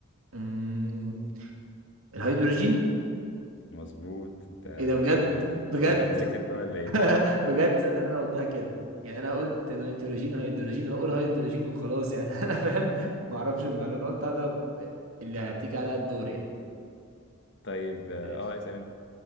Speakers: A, on the right; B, on the left.
A: مم، الهيدروجين
B: مظبوط انت
A: ايه ده بجد
B: كنت بت...
A: بجد
B: كنت بتذاكر بقى ولا ايه؟
A: <laughs> بجد ده انا قلتها كده يعني انا قلت نيتروجين هيدروجين هقول هيدروجين وخلاص يعني <laughs> انا فاهم ما اعرفش المعلومه أنا قلت هضرب اللي هتيجي عليها الدور
B: طيب اه
A: يعني
B: آه، اسأل انت